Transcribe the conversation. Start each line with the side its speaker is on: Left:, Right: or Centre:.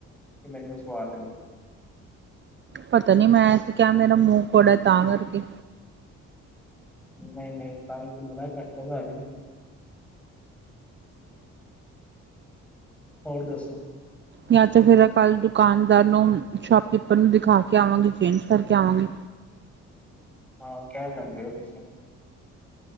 Centre: ਅਤੇ ਮੈਨੂੰ ਸਵਾਦ ਨਹੀਂ।
Right: ਪਤਾ ਨੀ ਮੈਂ ਤੇ ਕਿਹਾ ਮੇਰਾ ਮੂੰਹ ਕੋੜਾ ਤਾਂ ਕਰਕੇ।
Centre: ਨਹੀਂ ਨਹੀਂ ਤਾਂਹੀ ਤਾਂ ਮਨਾ ਕਰਤਾ ਤੁਹਾਨੂੰ। ਹੋਰ ਦੱਸੋ।
Right: ਜਾਂ ਤਾਂ ਫੇਰ ਕੱਲ ਦੁਕਾਨਦਾਰ ਨੂੰ ਸ਼ੋਪਕੀਪਰ ਨੂੰ ਦਿਖਾ ਕੇ ਆਵਾਂਗੇ, ਚੇਂਜ ਕਰਕੇ ਆਵਾਂਗੇ।
Centre: ਹਾਂ, ਕਹਿ ਸਕਦੇ ਹੋ ਤੁਸੀਂ।